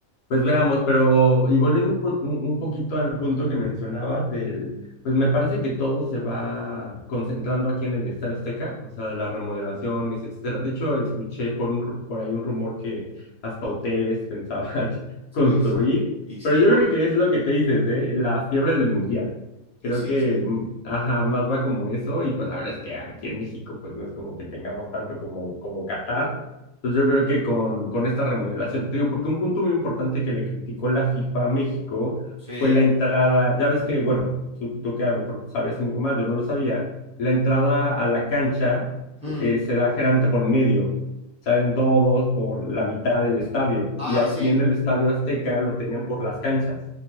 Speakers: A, on the left; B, in the centre.
A: Pues veamos, pero y volviendo un, po- un- un poquito al punto que mencionabas del, pues me parece que todo se va concentrando aquí en el Estadio Azteca, o sea, las remodelaciones, etcétera. De hecho, escuché por un, ru- por ahí un rumor que hasta hoteles pensaban <laughs> construir,
B: Uy, sí. Y sí,
A: pero yo
B: obvio.
A: creo que es lo que te dices, ¿eh? La fiebre del mundial. Creo
B: Y sí,
A: que,
B: sí.
A: mm, ajá, más va como eso y pues la verdad es que aquí en México pues no es como que tengamos tanto como como Qatar. Entonces yo creo que con, con esta remodelación, te digo, porque un punto muy importante que le criticó la FIFA a México
B: Sí.
A: fue la entrada, ya ves que, bueno, tú, tú que a lo mejor sabías un poco más, yo no lo sabía, la entrada a la cancha
B: Hmm.
A: eh, se da generalmente por en medio, salen todos por la mitad del estadio,
B: Ah,
A: y aquí
B: sí.
A: en el Estadio Azteca lo tenían por las canchas.